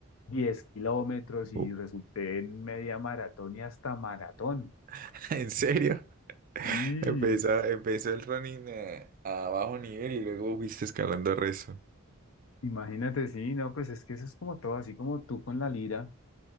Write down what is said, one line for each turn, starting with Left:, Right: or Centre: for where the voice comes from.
Left: diez kilómetros y
Right: Uh.
Left: resulté en media maratón y hasta maratón.
Right: <laughs> ¿En serio?
Left: Sí,
Right: Empezó, empezó el running eh, a bajo nivel y luego viste escalando rezo.
Left: Imagínate, sí, no, pues es que eso es como todo, así como tú con la lira,